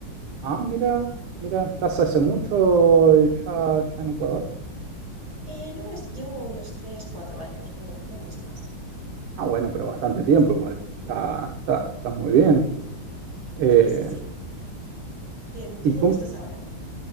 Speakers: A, on the right; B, on the right.
A: Ah, mira, mira, ¿estás hace mucho eh, ya, ya en Ecuador?
B: Eh, no, es, llevo unos tres, cuatro años, no, no mucho más.
A: Ah, bueno, pero bastante tiempo
B: Sí,
A: igual. Está, está, está muy bien. Eh,
B: sí, sí, sí. Em, ¿tú
A: ¿y
B: dónde
A: cómo,
B: estás ahora?